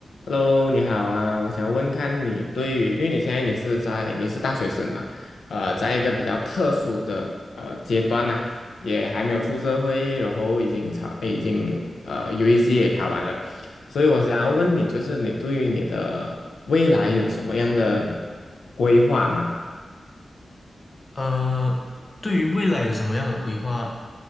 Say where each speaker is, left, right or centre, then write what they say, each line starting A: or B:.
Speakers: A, on the left; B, on the left.
A: Hello，你好啊，我想问看你对于，因为你现在你是在你是大学生嘛，呃，在一个比较特殊的呃阶段呢、也还没有出社会，然后已经考已经呃 UEC 也考完了，所以我想要问你，就是你对于你的未来有什么样的规划吗？
B: 呃，对于未来有什么样的规划？